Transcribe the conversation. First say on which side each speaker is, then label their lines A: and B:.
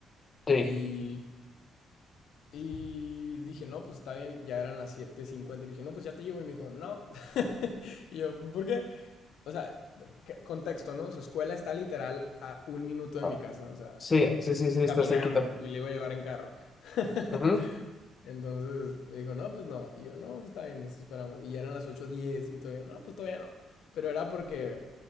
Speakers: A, on the left; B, on the left.
A: Sí.
B: Y, y dije, no, pues está bien, ya eran las siete cincuenta Y le dije, no, pues ya te llevo. Y me dijo, no. <laughs> Y yo, ¿por qué? O sea, que- contexto, ¿no? Su escuela está literal a un minuto de
A: No.
B: mi casa, o sea,
A: Sí, sí, sí, sí, está
B: caminando
A: cerquita.
B: y le iba a llevar en carro. <laughs>
A: Ujú.
B: Entonces me dijo, no, pues no. Y yo, no, pues está bien, nos esperamos. Y ya eran las ocho diez y todavía, no, pues todavía no. Pero era porque